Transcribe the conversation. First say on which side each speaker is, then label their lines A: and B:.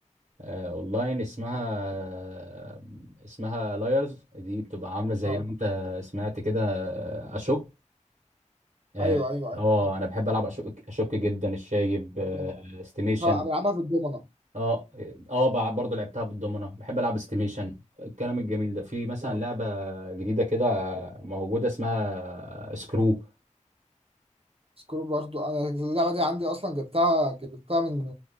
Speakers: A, on the right (about 80°); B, on the right (about 50°).
A: آه، اونلاين اسمها آه، اسمها لايرز دي بتبقى عامله زي
B: اه
A: اللي انت سمعت كده آه، اشك اه
B: ايوه ايوه
A: آه،
B: ايوه
A: انا بحب العب اشك اشك جدا الشايب آه،
B: طبعا
A: استيميشن
B: طبعاً بلعبها في الدومنة
A: اه اه بع- برضه لعبتها بالضمنه بحب العب استيميشن الكلام الجميل ده في مثلا
B: آه.
A: لعبه جديده كده آه، موجوده اسمها سكرو
B: سكرو برضو انا اللعبه دي عندي اصلا جبتها جبتها من